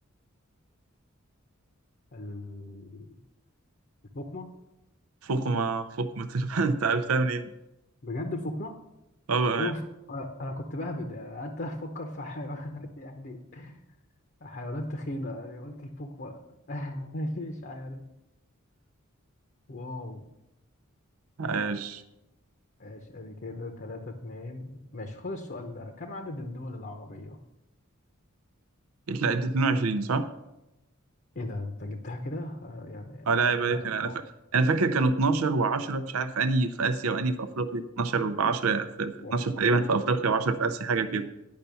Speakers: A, on the left (about 50°); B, on the right (about 85°).
A: ال- الفقمة
B: فقمة فقمة <laughs> أنت عرفتها منين؟ إيه؟
A: بجد الفقمة
B: طبعا
A: اوف آه، انا كنت بهبد يعني قعدت افكر في حيوانات يعني حيوانات تخينة يعني قلت الفقمة <laughs> مش عارف واو
B: عاش
A: ماشي ادي كده تلاتة اتنين ماشي خد السؤال ده كم عدد الدول العربية؟
B: لا أنت 22 صح؟
A: ايه ده انت جبتها كده؟ آه، يعني
B: اه لا عيب عليك
A: انا كنت
B: انا انا فاكر انا فاكر كانوا 12 و10 مش عارف انهي في اسيا وانهي في افريقيا 12 ب 10 في في
A: يلا
B: 12 تقريبا في افريقيا و10 في اسيا حاجه كده